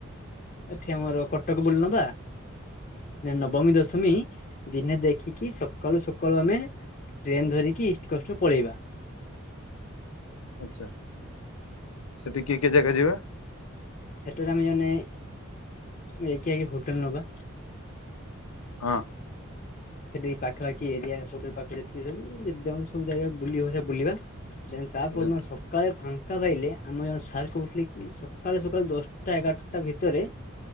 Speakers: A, on the left; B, on the left.
A: ଏଠି ଆମର କଟକ ବୁଲିନବା। ନେ ନବମୀ ଦଶମୀ ଦିନେ ଦେଖିକି ସକାଳୁ ସକାଳୁ ଆମେ ଟ୍ରେନ୍ ଧରିକି ଇଷ୍ଟ କଷ୍ଟରୁ ପଳେଇବା।
B: ଆଛା। ସେଠି କିଏ କିଏ ଜାଗା ଯିବା?
A: ସେଟାରେ ଆମେ ଜଣେ ନେଇକି ଆଗେ ହୋଟେଲ ନବା।
B: ହଁ।
A: ସେଠି ପାଖପାଖି ଏରିଆ ହୋଟେଲ ପାଖେରେ ଯେତିକି ସବୁ ଯେଉ ସବୁ ଜାଗା ବୁଲି ହବ ବୁଲିବା। ଜେନ ତାପର
B: ଆଚ୍ଛା
A: ଦିନ ସ ସକାଳେ ଫାଙ୍କା ପାଇଲେ ଆମର ଜଣେ ସାର୍ କହୁଥିଲେ କି ସକାଳେୁ ସକାଳୁ ଦଶଟା ଏଗାରଟା ଭିତରେ